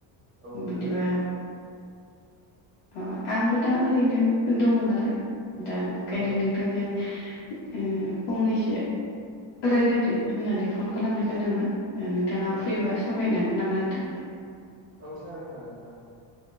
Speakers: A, on the right; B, on the left.
A: औ
B: बिदिबा
A: नोंथाङालाय मा
B: अ आंबो दा ओरैनो दङ नालाय दा बेंखायनो
A: औ
B: नोंथांजों उम फंनैसो रायज्लायदो होननानै फन खालामनाय जादोंमोन नोंथाङा
A: औ
B: फ्रिबा सावरायनो हागोन नामा नोंथां
A: औ सालायनो हागोन नोंथां